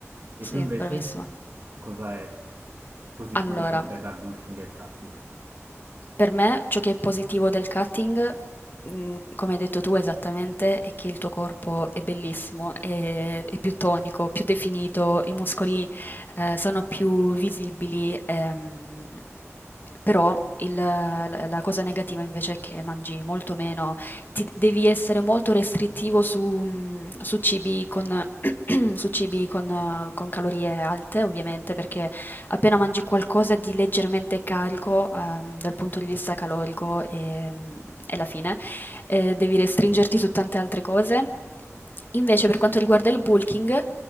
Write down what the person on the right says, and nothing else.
E
tu invece,
cosa è positivo
per te dal bulking e il cutting?